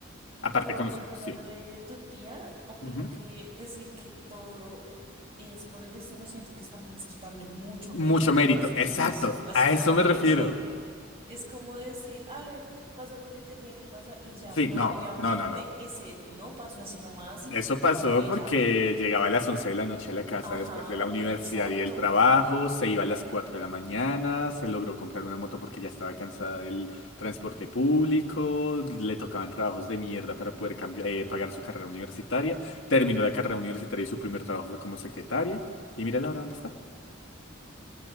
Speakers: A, on the left; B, on the right.
A: Aparte
B: Pero
A: con...
B: volviendo
A: Sí.
B: a lo de tu tía, opino
A: Ujú.
B: que decir que todo es por el destino, siento que es también es quitarle mucho
A: Mucho
B: mérito
A: mérito.
B: a su
A: Exacto.
B: propio, esf- a
A: A
B: su esfuerzo.
A: eso me refiero.
B: Es como decir, ay, pasó porque tenía que pasar y ya,
A: Sí,
B: pero
A: no,
B: obviamente
A: no, no, no.
B: ese no pasó así nomás, sino
A: Eso
B: porque
A: pasó
B: ella,
A: porque llegaba a las 11 de la noche a la casa
B: ajá,
A: después de la universidad
B: exacto.
A: y del trabajo, se iba a las 4 de la mañana, se logró comprar una moto porque ya estaba cansada del transporte público, le tocaban trabajos de mierda para poder cambiar, eh, pagar su carrera universitaria, terminó la carrera universitaria y su primer trabajo fue como secretaria y mira la hora dónde está.